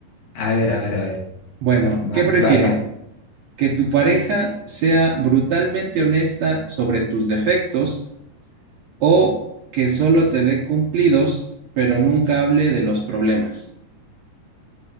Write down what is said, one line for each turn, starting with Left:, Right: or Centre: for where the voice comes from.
Left: A ver, a ver, a ver.
Right: Bueno,
Left: Va,
Right: ¿qué prefieres?
Left: va, va.
Right: ¿Que tu pareja sea brutalmente honesta sobre tus defectos? o que solo te dé cumplidos, pero nunca hable de los problemas.